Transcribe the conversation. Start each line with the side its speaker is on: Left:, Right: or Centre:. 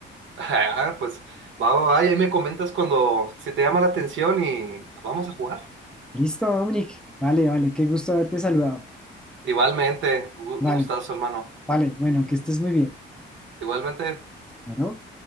Right: Ah, Pues va, va, va, y ahí me comentas cuando si te llama la atención y vamos a jugar.
Centre: Listo, Dominic. Vale, vale, qué gusto haberte saludado.
Right: Igualmente, un gu-
Centre: Vale.
Right: un gustazo, hermano.
Centre: Vale, bueno, que estés muy bien.
Right: Igualmente.
Centre: Bueno.